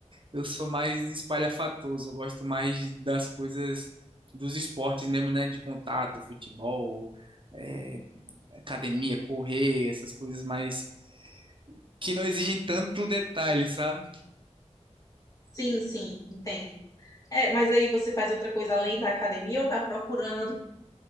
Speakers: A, on the right; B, on the left.
A: eu sou mais espalhafatoso, eu gosto mais das coisas dos esportes mesmo, né? De contato, futebol, é, academia, correr, essas coisas mais que não exigem tanto detalhe, sabe?
B: Sim, sim, entendo. É, mas aí você faz outra coisa além da academia ou tá procurando